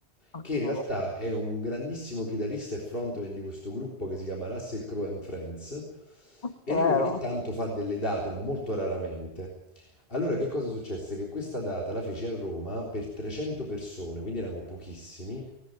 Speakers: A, on the left; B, on the left.
A: ok,
B: che in realtà è un grandissimo chitarrista e frontman di questo gruppo che si chiama Russell Crowe and Friends.
A: Ah,
B: E
A: vero,
B: lui ogni tanto fa delle date, ma molto raramente. Allora, che cosa successe? Che questa data la fece a Roma per 300 persone, quindi eravamo pochissimi,